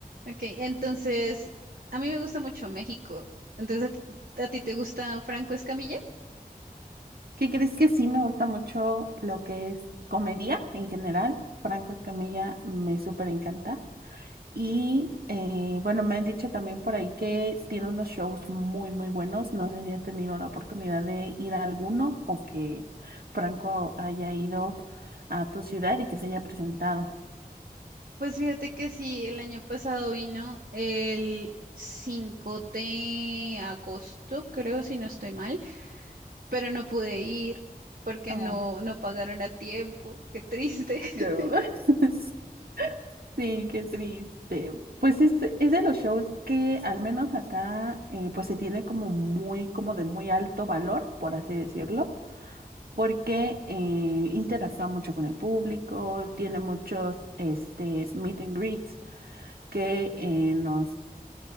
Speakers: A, on the right; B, on the right.
A: Ok, entonces, a mí me gusta mucho México. Entonces, ¿a, a ti te gusta Franco Escamilla?
B: ¿Qué crees que sí me gusta mucho lo que es comedia en general? Franco Escamilla me súper encanta. Y eh, bueno, me han dicho también por ahí que tiene unos shows muy, muy buenos. No sé si has tenido la oportunidad de ir a alguno o que Franco haya ido a tu ciudad y que se haya presentado.
A: Pues fíjate que sí, el año pasado vino el 5 de agosto, creo, si no estoy mal, pero no pude ir porque
B: Oh,
A: no, no pagaron a tiempo. Qué triste. <laughs>
B: no. <laughs> Sí, qué triste. Pues es, es de los shows que al menos acá eh, pues se tiene como muy, como de muy alto valor, por así decirlo, porque eh, interactúa mucho con el público, tiene muchos este, meet and greets que eh, nos